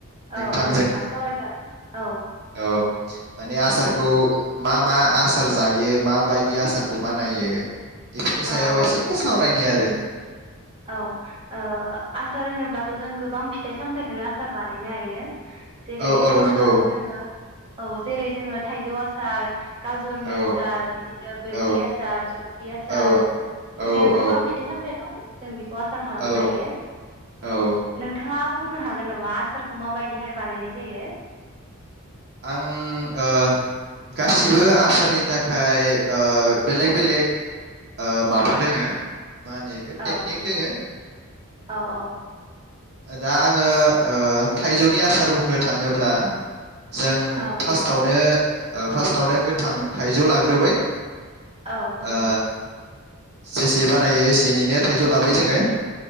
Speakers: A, on the right (about 50°); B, on the right (about 25°).
A: नोंथांजों
B: औ औ नोंथां सावरायजागोन औ ओ
A: औ माने आसारखौ मा मा आसार जायो माबायदि आसारखौ बानायो? नि सायाव
B: औ
A: एसे
B: औ नंगौ
A: सावरायनाय
B: नोंथां
A: आरो
B: औ ओ आसार होनोब्ला जों गोबां फिथाइ सामथाइखौनो आसार बानायनो हायो जेरै
A: औ औ नंगौ
B: ओ जोङो औ जेरै जोङो थाइजौ आसार सार गाजरनि
A: औ
B: आसार बिदिनो बैग्रि
A: औ
B: आसार जलफि आसार
A: औ
B: बिदिनो
A: औ
B: गोबां फिथाइ सामथायाइ दं जों बेखौ खौ आसार खालामनो
A: औ
B: हायो
A: आं
B: नोंथाङा बुंनो हागोन नामा आसारखौ माबायदिहाय बानायनाय जायो
A: आं ओ गासिबो आसारनि थाखाय ओ बेलेग
B: औ
A: बेलेग ओ माबा दोङो मा होनो बेखौ
B: औ
A: टेकनिक
B: नंगौ
A: दोङो
B: औ औ
A: दा आङो ओ थाइजौनि आसार बुंनो थाङोब्ला जों
B: औ
A: फार्स्टआवनो
B: नंगौ
A: ओ फार्स्टआवनो गोथां थाइजौ लाग्रोबाय
B: औ नंगौ
A: ओ जेसे बानायो एसेनैनो थाइजौ लाबाय जोङो